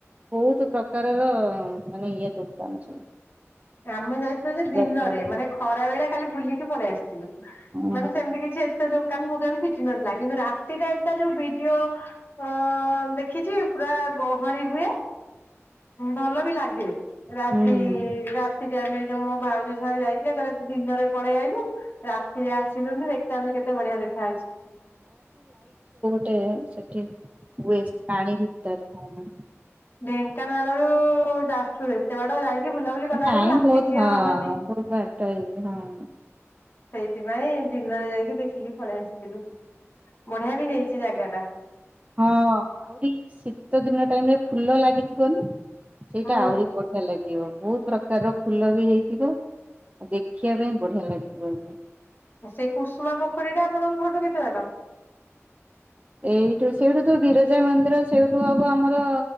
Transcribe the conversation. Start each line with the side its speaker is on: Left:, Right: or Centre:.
Right: ବହୁତ ପ୍ରକାରର ମାନେ ଇଏ ଦୋକାନ ସବୁ
Left: ଆମେ ଯାଇଥିଲୁ ଯେ
Right: ପ୍ରକାର
Left: ଦିନରେ ମାନେ ଖରା ବେଳେ ଖାଲି ବୁଲିକି ପଳେଇ ଆସିଥିଲୁ
Right: ହୁଁ
Left: ମାନେ ସେମିତି କିଛି ଏତେ ଦୋକାନ ଫୋ କାନ ଫିଟି ନଥିଲା କିନ୍ତୁ ରାତି ଟାଇମ ଟା ଯୋଉ ଭିଡିଓ ଅଁ ଦେଖିଛି ପୁରା ଗ ହଳି ହୁଏ ଭଲ ବି ଲାଗେ ରାତି
Right: ହୁଁ
Left: ରା ଆମେ ଯୋଉ ମୋ ଭାଉଜ ସାଙ୍ଗେ ଯାଇଥିଲେ କହିଲେ ତୁ ଦିନରେ ପଳେଇ ଆଇଲୁ ରାତିରେ ଆସିଲୁନି ଦେଖିଥାନ୍ତୁ କେ କେତ ବଢିଆ ଦେଖାଯାଉଛି
Right: ଗ ସେଠି ହୁଏ ସେ ପାଣି ଭିତରେ ହ
Left: ଢେଙ୍କାନାଳ ର ଯାସୁ କେତେ ବାଟ ଯାଇକି ବୁଲାବୁଲି କଲା
Right: ନାଇଁ
Left: ବେଳକୁ ରାତି
Right: ବହୁତ
Left: କିଏ କିି
Right: ହଁ
Left: ରହୁଛି।
Right: ବହୁତ ବାଟ ହେଇଯିବ ହଁ।
Left: ସେଇଥିପାଇଁ ଦିନରେ ଯାଇକି ଦେଖିକି ପଳେଇ ଆସିଥିଲୁ। ବଢିଆ ବି ହେଇଛି ଜାଗା ଟା
Right: ହଁ ଆହୁରି ଶୀତ ଦିନ ଟାଇମରେ ଫୁଲ ଲାଗିଥିବ ନା। ସେଇଟା
Left: ହୁଁ
Right: ଆହୁରି ବଢିଆ ଲାଗିବ। ବହୁତ ପ୍ରକାରର ଫୁଲ ବି ହେଇଥିବ ଆଉ ଦେଖିବା ପାଇଁ ବଢିଆ ଲାଗୁଥିବ।
Left: ସେଇ କୁସୁମା ପୋଖରୀ ଟା ଆପଣଙ୍କ ଘର ଠୁ କେତେ ବାଟ?
Right: ଏଇଠୁ ସେଇଠୁ ତ ବିରଜା ମନ୍ଦିର ସେଇଠୁ ହବ ଆମର